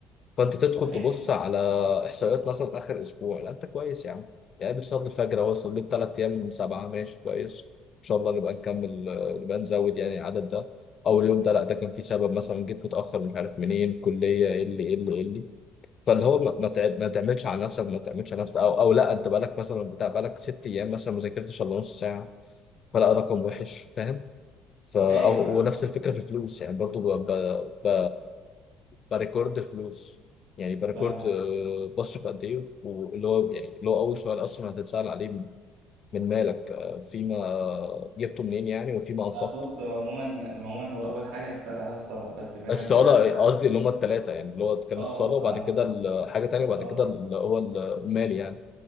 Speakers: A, on the left; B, on the right.
A: فانت تدخل
B: ايوه
A: تبص
B: فاهم
A: على احصائيات مثلا اخر اسبوع لا انت كويس يا عم يعني بتصلي الفجر اهو صليت ثلاث ايام من سبعه ماشي كويس ان شاء الله نبقى نكمل آه، نبقى نزود يعني العدد ده او اليوم ده لا ده كان في سبب مثلا جيت متاخر مش عارف منين الكليه ايه اللي ايه اللي ايه اللي فاللي هو ما ما تع- ما تعملش على نفسك ما تعملش على نفسك او او لا انت بقالك مثلا بتاع بقالك ست ايام مثلا ما ذاكرتش الا نص ساعه فلا رقم وحش فاهم فا
B: ايوه
A: او
B: فاهم
A: ونفس الفكره في الفلوس يعني برضو ب... ب... ب... بريكورد فلوس يعني بريكورد
B: فاهم
A: آه، بصرف قد ايه واللي هو يعني اللي هو اول سؤال اصلا هتتسأل عليه من مالك آه، فيما جبته منين يعني وفيما انفقته
B: لا بص هو عموما عموما هو اول حاجة هتسأل عليها الصلاة بس بعيد
A: الصالة
B: عن كده انا
A: قصدي اللي هما التلاتة يعني اللي هو كان
B: اه
A: الصالة
B: اه
A: وبعد
B: فاهم
A: كده ال- حاجة تانية وبعد
B: اه
A: كده اللي هو ال- المال يعني